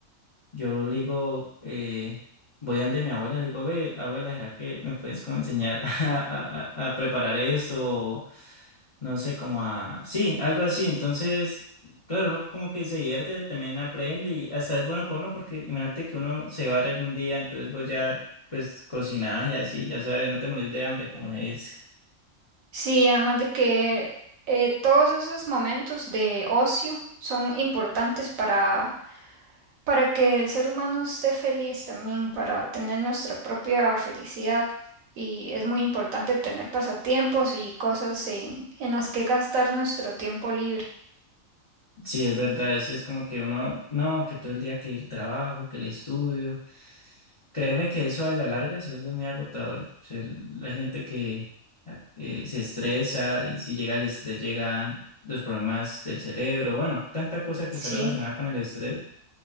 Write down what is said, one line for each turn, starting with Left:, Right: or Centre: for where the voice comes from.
Left: Yo le digo, eh, voy donde mi abuela, le digo, ve, abuela, ¿será que me puedes como enseñar <laughs> a, a- a- a preparar esto? O no sé, como a... Sí, algo así. Entonces, claro, uno como que se divierte, también aprende y hasta es bueno para uno porque imagínate que uno se va algún día, entonces vos ya, pues, cocinás y así, ya sabes, no te morís de hambre, como se dice.
Right: Sí, además de que eh, todos esos momentos de ocio son importantes para, para que el ser humano esté feliz también, para tener nuestra propia felicidad. Y es muy importante tener pasatiempos y cosas en, en las que gastar nuestro tiempo libre.
Left: Sí, es verdad, eso es como que uno, no, que todo el día que el trabajo, que el estudio. Créeme que eso a la larga se vuelve muy agotador. O sea, la gente que ah, eh, se estresa y si llega el estrés llegan los problemas del cerebro, bueno, tanta cosa que
Right: Sí,
Left: está relacionada con el estrés.